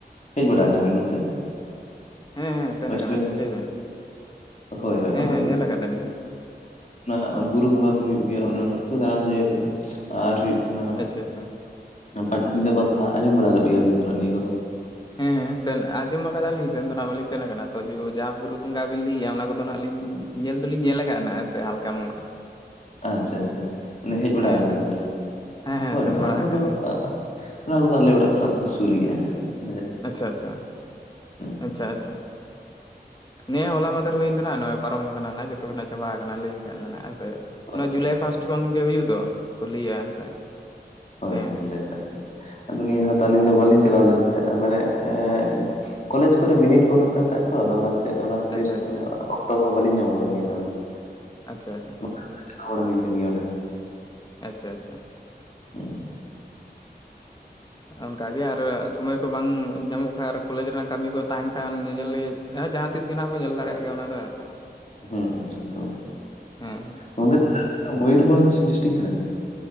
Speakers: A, on the left (about 45°); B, on the left (about 25°).
A: ᱦᱮᱡ ᱵᱟᱲᱟ ᱟᱠᱟᱱᱟᱵᱤᱱ ᱱᱚᱛᱮ?
B: ᱦᱮᱸ ᱦᱮᱸ ᱥᱮᱱ
A: ᱳᱭᱮᱥᱴ
B: ᱟᱠᱟᱱᱟᱞᱤᱧ
A: ᱵᱮᱝᱜᱚᱞ
B: ᱞᱟᱹᱭ ᱵᱮᱱ,
A: ᱦᱳᱭ ᱦᱳᱭ
B: ᱦᱮᱸ
A: ᱚᱱᱟ
B: ᱦᱮᱸ ᱧᱮᱞ ᱠᱟᱫᱟᱞᱤᱧ ᱾
A: ᱚᱱᱟ ᱵᱩᱨᱩ ᱵᱚᱸᱜᱟ ᱠᱚ ᱦᱩᱭᱩᱜ ᱜᱮᱭᱟ, ᱚᱱᱮ ᱚᱱᱟ ᱠᱚ ᱫᱟᱬᱟᱱ ᱡᱟᱭᱜᱟ ᱠᱚᱫᱚ ᱟᱨ ᱦᱩᱭᱩᱜᱼᱼ ᱠᱟᱱᱟ,
B: ᱟᱪᱪᱷᱟ ᱟᱪᱪᱷᱟ
A: ᱯᱟᱴᱟᱵᱤᱸᱫᱷᱟᱹ ᱯᱟᱛᱟ ᱟᱸᱡᱚᱢ ᱵᱟᱲᱟ ᱟᱠᱟᱫ ᱜᱮᱭᱟᱵᱤᱱ ᱛᱷᱚᱲᱟ ᱱᱤᱭᱟᱹ ᱠᱚᱫᱚ ᱾
B: ᱦᱮᱸ ᱦᱮᱸ ᱥᱮᱱ ᱟᱸᱡᱚᱢ ᱟᱠᱟᱫᱟᱞᱤᱧ ᱥᱮᱱ ᱫᱚ ᱱᱟᱜ ᱵᱟᱹᱞᱤᱧ ᱥᱮᱱ ᱠᱟᱱᱟ ᱛᱚ, ᱡᱟᱦᱟᱸ ᱵᱩᱨᱩ ᱵᱚᱸᱜᱟ ᱵᱤᱱ ᱞᱟᱹᱭᱮᱫᱼᱟ ᱚᱱᱟ ᱠᱚᱫᱚ ᱦᱟᱸᱜ ᱞᱤᱧᱼᱼ ᱧᱮᱞ ᱫᱚᱞᱤᱧ ᱧᱮᱞ ᱟᱠᱟ ᱱᱟᱜ ᱦᱮ ᱥᱮ ᱦᱟᱞᱠᱟᱼ ᱢᱟᱞᱠᱟ ᱾
A: ᱟᱪᱪᱷᱟ ᱟᱪᱪᱷᱟ, ᱢᱟᱱᱮ ᱦᱮᱡ ᱵᱟᱲᱟ
B: ᱦᱮᱸ
A: ᱠᱟᱱᱟ ᱵᱤᱱ ᱛᱟᱦᱞᱮ,
B: ᱦᱮᱸ ᱦᱮᱸ
A: ᱦᱳᱭ
B: ᱥᱮᱱ
A: ᱦᱳᱭ
B: ᱵᱟᱲᱟ
A: ᱚᱱᱟ ᱠᱚᱫᱚ
B: ᱟᱠᱟᱱᱟᱞᱤᱧ
A: ᱟᱹᱼᱼ ᱚᱱᱟ ᱠᱚᱫᱚ ᱟᱞᱮ ᱚᱲᱟᱜ ᱠᱷᱚᱱᱟᱜ ᱫᱚ ᱥᱩᱨ ᱜᱮᱭᱟ ᱾
B: ᱟᱪᱪᱷᱟ ᱟᱪᱪᱷᱟ,
A: ᱦᱩᱸ
B: ᱟᱪᱪᱷᱟ ᱟᱪᱪᱷᱟ ᱾ ᱱᱤᱭᱟᱸ ᱦᱚᱞᱟ ᱢᱟᱦᱫᱮᱨ ᱜᱮ ᱦᱩᱭ ᱠᱟᱱᱟ, ᱱᱚᱜᱼᱚᱭ ᱯᱟᱨᱚᱢ ᱟᱠᱟᱱᱟ ᱚᱱᱟ ᱜᱮ ᱾ ᱡᱚᱛᱚ ᱠᱷᱚᱱᱟᱜ ᱪᱟᱵᱟ ᱟᱠᱟᱱᱟ ᱞᱟᱹᱭ ᱞᱮᱠᱷᱷᱟᱡ ᱢᱟ ᱦᱮᱸ ᱥᱮ,
A: ᱦᱳᱭ
B: ᱱᱚᱣᱟ ᱡᱩᱞᱟᱭ
A: ᱦᱳᱭ
B: ᱯᱷᱟᱥᱴ ᱠᱷᱚᱱ ᱜᱮ ᱦᱩᱭᱩᱜ ᱫᱚ ᱾ ᱠᱩᱞᱤᱭᱟᱹ ᱦᱮᱸ ᱥᱮ,
A: ᱦᱳᱭ
B: ᱦᱮᱸᱼᱼ
A: ᱦᱳᱭ ᱡᱩᱞᱟᱭ ᱯᱷᱟᱥᱴ ᱨᱮ᱾ ᱟᱫᱚ ᱱᱤᱭᱟᱹ ᱫᱷᱟᱣ ᱫᱚ ᱟᱹᱞᱤᱧ ᱫᱚ ᱵᱟᱞᱤᱧ ᱪᱟᱞᱟᱣ ᱞᱮᱱ ᱛᱟᱦᱮᱸᱫ ᱟᱨ ᱢᱟᱱᱮ ᱮᱸᱼᱼ ᱠᱚᱞᱮᱡᱽ ᱠᱚᱨᱮ ᱵᱤᱱᱤᱰ ᱠᱚ ᱦᱩᱭᱩᱜ ᱠᱟᱱ ᱛᱟᱦᱮᱸᱫ ᱛᱚ ᱟᱫᱚ ᱚᱱᱟᱼᱼ ᱪᱮᱫ ᱚᱱᱟ ᱠᱷᱟᱹᱛᱤᱨ
B: ᱟᱪᱪᱷᱟ ᱟᱪᱪᱷᱟ
A: ᱚᱠᱴᱚ ᱦᱚᱸ ᱵᱟᱹᱞᱤᱧ ᱧᱟᱢ ᱠᱟᱫᱟ ᱱᱤᱭᱟᱹ ᱫᱷᱟᱣ ᱫᱚ ᱾
B: ᱟᱪᱪᱷᱟ ᱟᱪᱪᱷᱟ ᱾
A: <unintelligible> ᱪ ᱟᱞᱟ ᱵᱟᱲᱟᱶ ᱦᱩᱭ ᱠᱟᱱ ᱜᱮᱭᱟ ᱚᱸᱰᱮ ᱦᱚᱸ ᱾
B: ᱟᱪᱪᱷᱟ ᱟᱪᱪᱷᱟ ᱾
A: ᱦᱩᱸ <inaudible>
B: ᱚᱱᱠᱟᱜᱮ ᱟᱨ ᱥᱚᱢᱚᱭ ᱠᱚ ᱵᱟᱝ ᱧᱟᱢᱚᱜ ᱠᱷᱟᱱ ᱟᱨ ᱠᱚᱞᱮᱡᱽ ᱨᱮᱱᱟᱜ ᱠᱟᱹᱢᱤ ᱠᱚ ᱛᱟᱸᱦᱮᱱ ᱠᱷᱟᱱ ᱧᱮᱧᱮᱞ ᱞᱟᱹᱜᱤᱫᱼᱼ ᱦᱮᱸ ᱡᱟᱦᱟᱸ ᱛᱤᱥ ᱜᱮᱦᱟᱸᱜ ᱵᱚᱱ ᱧᱮᱞ ᱫᱟᱲᱮᱭᱟᱜ ᱜᱮᱭᱟ ᱚᱱᱟ ᱫᱚ ᱾
A: ᱦᱩᱸ ᱦᱩᱸ ᱚᱝᱠᱟ ᱜᱮ ᱾
B: ᱦᱮᱸ
A: ᱜᱚᱝᱠᱮ ᱛᱟᱦᱚᱞᱮ ᱟᱯᱮᱫᱚ ᱢᱩᱭᱩᱨᱵᱷᱚᱸᱡᱽ ᱰᱤᱥᱴᱤᱠ ᱠᱟᱱᱟᱯᱮ?